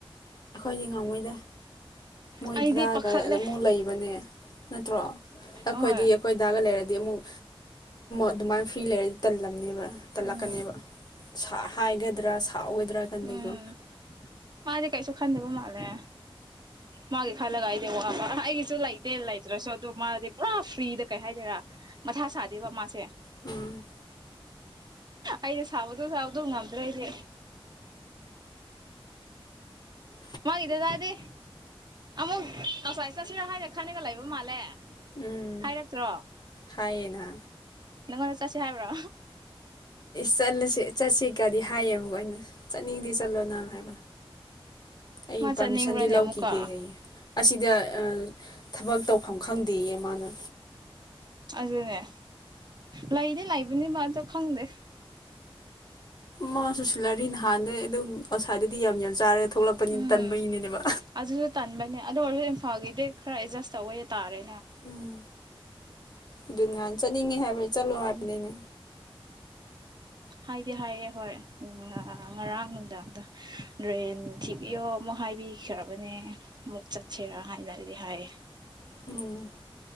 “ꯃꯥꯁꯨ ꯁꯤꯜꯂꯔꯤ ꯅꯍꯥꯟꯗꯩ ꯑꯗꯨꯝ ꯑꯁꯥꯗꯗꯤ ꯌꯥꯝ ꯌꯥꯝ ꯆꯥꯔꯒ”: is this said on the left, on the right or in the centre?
Left